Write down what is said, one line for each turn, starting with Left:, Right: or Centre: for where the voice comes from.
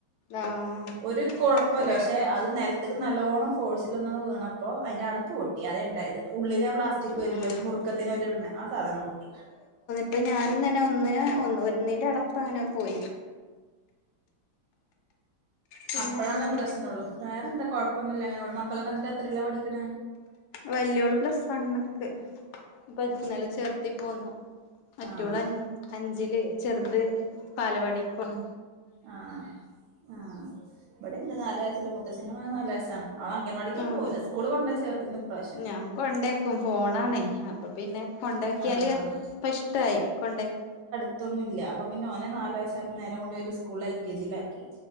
Left: ആഹ്
Right: ഒരു കുഴപ്പല്ലോ
Left: ഒര്
Right: പക്ഷെ അത് <unintelligible> <unintelligible> നല്ലോണം ഫോഴ്സിൽ <unintelligible> വീണപ്പോ അതി്ന്റെ അടപ്പ് പൊട്ടി അതെ ഉണ്ടായത് <unintelligible> <unintelligible> വരുല്ല
Left: ആഹ്
Right: ഒരു മുറുക്കത്തിന് <unintelligible> ഇടണ ആ സാധനം പൊട്ടി
Left: അപ്പൊ ഞാനും തന്നെ ഒന്നിന് ഒന്ന് ഒന്നിന്റെ അടപ്പ് അങ്ങനെ പോയി പിന്നെ
Right: അപ്പോഴാണ്
Left: എന്തൊക്കെ
Right: പ്രശ്നള്ളു വേറെ എന്താ കൊഴപ്പൊന്നു ല്ല ങ്ങനെ പോണ് മക്കളൊക്കെ ന്നട്ട് എത്രല്ല പഠിക്കണ
Left: വലിയോള് പ്ലസ് വണ്ക്ക് ഇപ്പൊ ഇന്നലെ ചേർത്തി പോന്നു
Right: ആ
Left: <unintelligible> അഞ്ചിൽ ചെർത് ബാലവാടി പോണ്
Right: ആ ആ ഇവിടെ ണ്ട് നാല് വയസ്സല്ല മുത്തച്ഛൻന്റെ മോൻ നാല് വയസ്സാണ് ആള് അംഗൻവാടിക്കൊന്നും
Left: ആഹ്
Right: പോവൂല സ്കൂൾ കൊണ്ട ചേർത്ത്കണ് ഇപ്രാവശ്യം
Left: ഞാൻ കൊണ്ടേക്കും <unintelligible> അപ്പൊ പിന്നെ കൊണ്ടാക്കിയാല്
Right: ആഹ്
Left: ഇപ്പ ഇഷ്ടയി <unintelligible>
Right: <unintelligible> അപ്പോ പിന്നെ ഓനെ നാല് വയസായപ്പോ നേരെ കൊണ്ട് ഒരു സ്കൂളിൽ എൽകെജില് ആക്കി